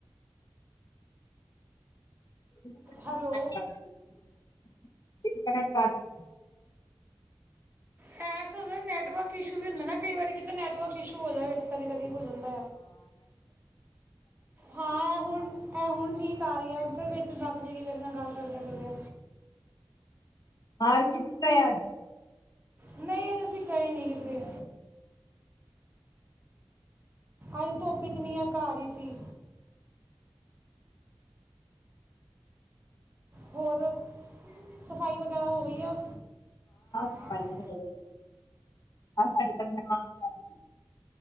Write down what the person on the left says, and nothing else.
<inaudible>
ਹਰ ਕਿ ਤਿਆਰ <inaudible>
ਸਫਾਈਆਂ ਹੋ ਗਈਆਂ। ਅੱਜ ਸਾਡੇ ਘਰ ਮਹਿਮਾਨ ਆਏ ਹੋਏ